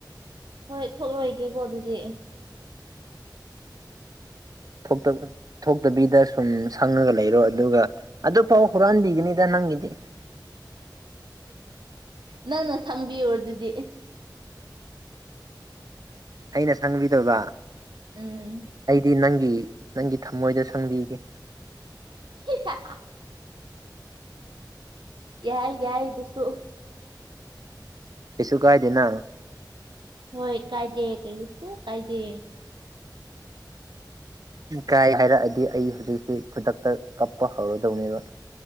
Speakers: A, on the right (about 80°); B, on the right (about 55°).
A: ꯍꯣꯏ ꯊꯣꯛꯂꯣꯏꯒꯦꯀꯣ ꯑꯗꯨꯗꯤ
B: ꯊꯣꯛꯇ ꯊꯣꯛꯇꯕꯤꯗ ꯁꯨꯝ ꯁꯪꯉꯒ ꯂꯩꯔꯣ ꯑꯗꯨꯒ ꯑꯗꯨ ꯐꯥꯎ ꯍꯨꯔꯥꯟꯕꯤꯒꯅꯤꯗ ꯅꯪꯒꯤꯗꯤ
A: ꯅꯪꯅ ꯁꯪꯕꯤꯌꯣ ꯑꯗꯨꯗꯤ
B: ꯑꯩꯅ ꯁꯪꯕꯤꯗꯣꯏꯕ
A: ꯎꯝ
B: ꯑꯩꯗꯤ ꯅꯪꯒꯤ ꯅꯪꯒꯤ ꯊꯃꯣꯏꯗ ꯁꯪꯕꯤꯒꯦ
A: <unintelligible> ꯌꯥꯏ ꯌꯥꯏ ꯑꯗꯨꯁꯨ
B: ꯀꯩꯁꯨ ꯀꯥꯏꯗꯦꯅ
A: ꯍꯣꯏ ꯀꯥꯏꯗꯦ ꯀꯩꯁꯨ ꯀꯥꯏꯗꯦ
B: ꯀꯥꯏ ꯍꯥꯏꯔꯛꯑꯗꯤ ꯑꯩ ꯍꯧꯖꯤꯛꯁꯤ ꯈꯨꯗꯛꯇ ꯀꯞꯄ ꯍꯧꯔꯗꯧꯅꯦꯕ